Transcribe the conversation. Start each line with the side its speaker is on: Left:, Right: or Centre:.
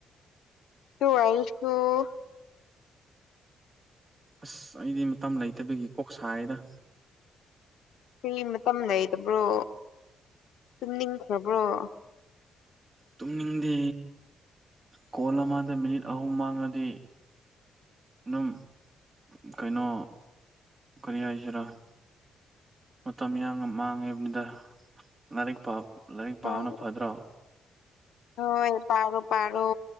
Left: <unintelligible>
Right: ꯑꯁ ꯑꯩꯗꯤ ꯃꯇꯝ ꯂꯩꯇꯕꯒꯤ ꯀꯣꯛꯁꯥꯏꯌꯦꯗ ꫰
Left: ꯀꯩꯒꯤ ꯃꯇꯝ ꯂꯩꯇꯕ꯭ꯔꯣ ꯇꯨꯝꯅꯤꯡꯈ꯭ꯔꯕ꯭ꯔꯣ ꫰
Right: ꯇꯨꯝꯅꯤꯡꯗꯦ ꯀꯣꯜ ꯑꯃꯗ ꯃꯤꯅꯤꯠ ꯑꯍꯨꯝ ꯃꯥꯡꯂꯗꯤ ꫰ ꯑꯗꯨꯝ ꯀꯩꯅꯣ ꯀꯔꯤ ꯍꯥꯏꯁꯦꯔꯥ ꫰ ꯃꯇꯝ ꯌꯥꯝꯅ ꯃꯥꯡꯉꯦꯕꯅꯤꯗ ꯂꯥꯏꯔꯤꯛ ꯄꯥ ꯂꯥꯏꯔꯤꯛ
Left: ꯍꯣꯏ
Right: ꯄꯥꯕꯅ ꯐꯗ꯭ꯔꯣ ꫰
Left: ꯍꯣꯏ ꯄꯥꯔꯣ ꯄꯥꯥꯔꯣ